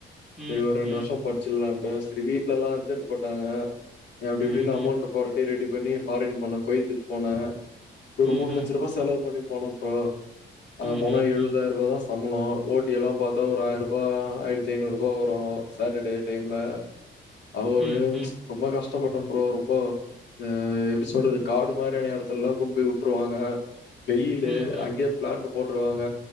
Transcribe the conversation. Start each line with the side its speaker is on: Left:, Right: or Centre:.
Left: செரி
Centre: ம்.
Left: ஒரு ரெண்டு
Centre: ம்.
Left: வருஷம் படிச்சிர்லான் செரி வீட்டுலல்லா அர்ஜென் பட்டாங்க அப்டி
Centre: ம்.
Left: இப்டின்னு
Centre: ம். ம்.
Left: அமௌன்ட் பொறட்டி ரெடி பண்ணி ஃபாரின் போனே குவைத்க்கு போனே ஒரு
Centre: ம்.
Left: மூணு
Centre: ம்.
Left: லட்ச ரூபா செலவு பண்ணி போனே ப்ரோ
Centre: ம்.
Left: அங்க போனா எழுபதாயிர
Centre: ம்.
Left: ரூபாதா ச சம்பளோ ஓட்டி எல்லா பாத்தா ஒரு ஆயரூபா ஆயிரத்தி ஐநூறு ரூபா வரு சாட்டர்டே டைம்ல அவரு
Centre: ம்.
Left: ரொம்ப கஷ்டப்பட்டோ ப்ரோ ரொம்ப அ எப்டி சொல்றது காடு மாரியான இடத்துலல்லா கொண்டு போய் விட்டுருவாங்க வெயிலு
Centre: ம்.
Left: அங்கேயே பிளான்ட் போட்டுருவாங்க